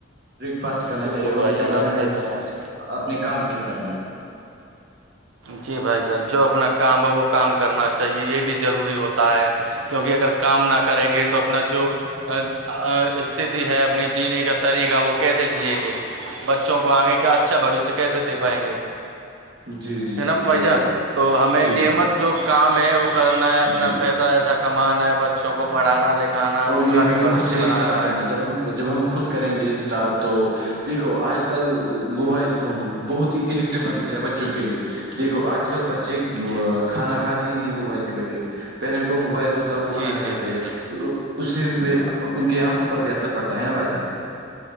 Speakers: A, on the right (about 55°); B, on the right (about 90°).
A: بریک فاسٹ کرنا
B: بالکل
A: چاہیے اور
B: بھائی
A: اس
B: جان
A: کے بعد
B: آپ
A: ہمیں
B: صحیح فرمائیں
A: اپنے کام پہ نکلنا ہے
B: جی بھائی جان جو اپنا کام ہے وہ کام کرنا چاہیے یہ بھی ضروری ہوتا ہے کیونکہ اگر کام نہ کریں گے تو اپنا جو استتی ہے اپنی جینے کا طریقہ وہ کیسے جییں گے بچوں کو آگے کہ اچھا بھشیہ کیسے دے پائیں گے
A: جی جی
B: ح نم
A: جی
B: بھ
A: صحیح
B: جان
A: بات ہے
B: تو ہمیں
A: جی
B: نیمت
A: جی جی
B: جو کام ہے وہ کرنا ہے اپنا
A: جی
B: پیسہ اھا ایسا کمانا ہے بچوں کو پڑھانا لکھانا ہے
A: اور
B: ان
A: یہ
B: کا
A: ہمیں
B: بھی بھشیہ
A: خود سے ہی
B: بنانا
A: اسٹارٹ کرنا
B: ہے
A: جب ہم جب ہم خود کریں گے اسٹارٹ تو دیکھو آج کل موبائل فون بہت ہی ایڈکٹ بن گئے ہے بچوں کے لیے یکھو آج کل بچے
B: جی
A: کھانا کھاتے ہی نہیں ہے موبائل کے بغیر پہلے ان کو موبائل دو تو تا وہ
B: جی
A: کھانے
B: جی
A: کھے
B: جی جی
A: اس سے پہ ان کی آنکھوں پر بھی اثر پڑتا ہے نا بھائی جان